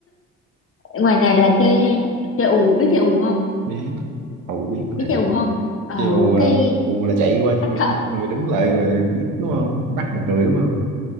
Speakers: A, on the left (about 45°); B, on the right (about 85°).
A: ngoài này là chơi thêm chơi ù biết chơi ù không
B: biết Ù biết mà
A: biết chơi ù không ờ
B: chứ ù um,
A: cái
B: ù là chạy qua
A: tắt
B: một
A: thở
B: người đứng lại rồi bắt đúng không bắt một người đúng không